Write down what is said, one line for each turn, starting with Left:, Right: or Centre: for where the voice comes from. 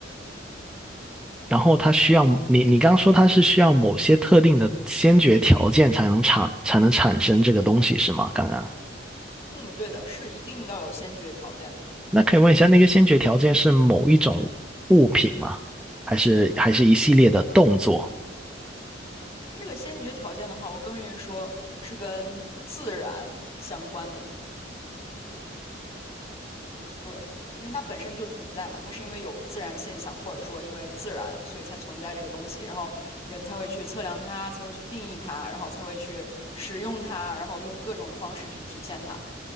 Centre: 然后它需要你，你刚刚说它是需要某些特定的先决条件才能产才能产生这个东西是吗？刚刚。
Left: 嗯，对的，是一定要有先决条件的。
Centre: 那可以问一下，那个先决条件是某一种物品吗？还是还是一系列的动作？
Left: 它这个先决条件的话，我更愿意说是跟自然相关的。对，因为它本身就存在嘛，它是因为有自然现象，或者说因为自然，所以才存在这个东西，然后人才会去测量它，才会去定义它，然后才会去使用它，然后用各种的方式去体现它。